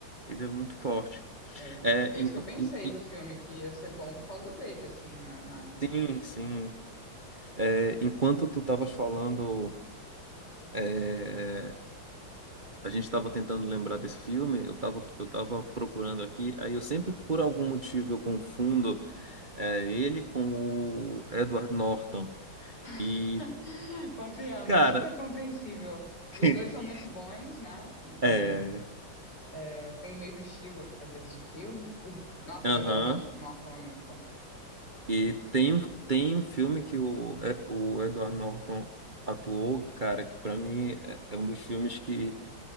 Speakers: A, on the right; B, on the left.
A: ele é muito forte.
B: É,
A: É,
B: é isso
A: enqu-
B: que eu pensei
A: en- en-
B: do filme, que ia ser bom por causa dele, assim, né? Mas
A: sim, sim. É, enquanto tu estavas falando, é, a gente estava tentando lembrar desse filme, eu estava eu tava procurando aqui, aí eu sempre, por algum motivo, eu confundo é, ele com o Edward Norton. E,
B: <laughs> compreendo,
A: cara,
B: super compreensível.
A: <laughs>
B: Os dois são muito bons, né? Então,
A: é,
B: é, tem o mesmo estilo, às vezes, de filme. Os- Nossa,
A: aham.
B: o Edward Nor- Norton é muito bom. Gosto
A: E
B: muito.
A: tem um, tem um filme que o, é, o Edward Norton atuou, cara, que pra mim é é um dos filmes que